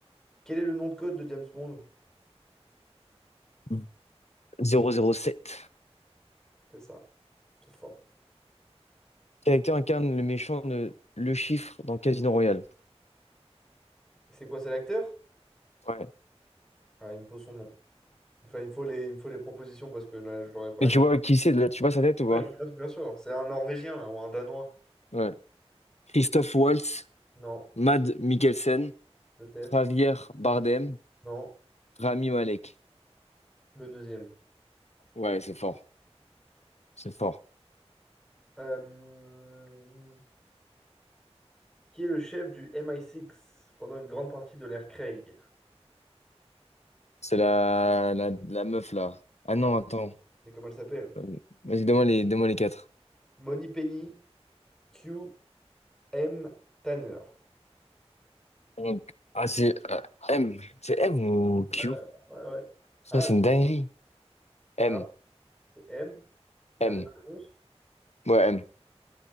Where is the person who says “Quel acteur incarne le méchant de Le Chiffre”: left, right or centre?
Left